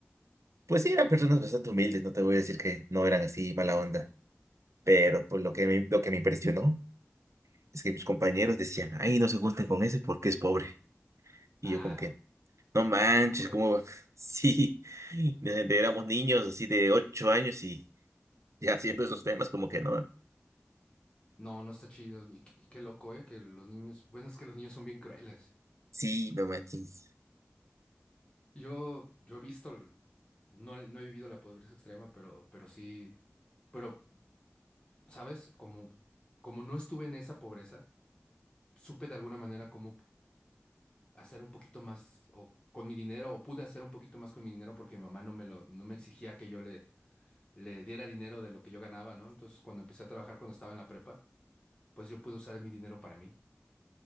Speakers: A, on the right; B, on the left.
A: pues sí, eran personas bastante humildes, no te voy a decir que no eran así mala onda, pero pues lo que me, lo que me impresionó es que mis compañeros decían, ay, no se junten con ese porque es pobre, y
B: Ah,
A: yo como que, No manches,
B: ojetas.
A: como <laughs> sí, desde que éramos niños así de ocho años y ya haciendo esos temas como que no,
B: No, no está chido. Y, y qué loco, ¿eh? Que los niños, bueno, es que los niños son bien crueles.
A: sí, no manches,
B: Yo, yo he visto, el- no, no he vivido la pobreza extrema, pero, pero sí, pero, ¿sabes? Como, como no estuve en esa pobreza, supe de alguna manera cómo hacer un poquito más o con mi dinero, o pude hacer un poquito más con mi dinero porque mi mamá no me lo, no me exigía que yo le, le diera dinero de lo que yo ganaba, ¿no? Entonces, cuando empecé a trabajar, cuando estaba en la prepa, pues yo pude usar mi dinero para mí.